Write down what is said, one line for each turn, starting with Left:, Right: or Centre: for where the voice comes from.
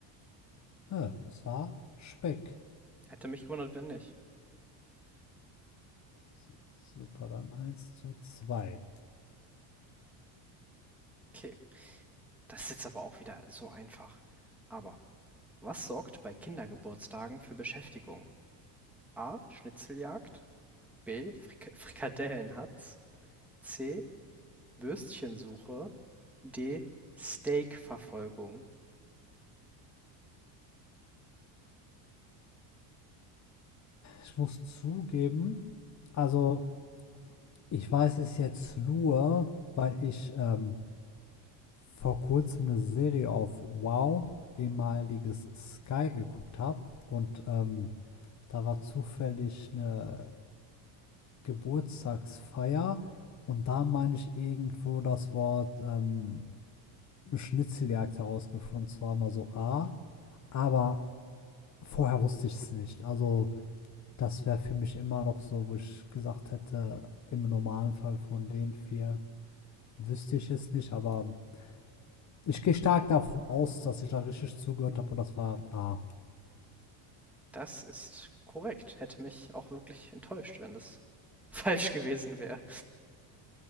Left: Ja, es war Speck.
Centre: Hätte mich gewundert, wenn nicht.
Left: So, Super, dann eins zu zwei.
Centre: Okay, das ist jetzt aber auch wieder so einfach. Aber was sorgt bei Kindergeburtstagen für Beschäftigung? A. Schnitzeljagd. B. Frik Frikadellenhatz. C. Würstchensuche. D. Steakverfolgung.
Left: Ich muss zugeben, also ich weiß es jetzt nur, weil ich ähm, vor kurzem eine Serie auf Wow, ehemaliges Sky, geguckt habe. Und ähm, da war zufällig eine Geburtstagsfeier und da meine ich irgendwo das Wort ähm, Schnitzeljagd herausgefunden, zwar mal so A, aber vorher wusste ich es nicht. Also das wäre für mich immer noch so, wo ich gesagt hätte, im normalen Fall von den vier wüsste ich es nicht, aber ich gehe stark davon aus, dass ich da richtig zugehört habe und das war A.
Centre: Das ist korrekt. Hätte mich auch wirklich enttäuscht, wenn das <laughs> falsch gewesen wäre.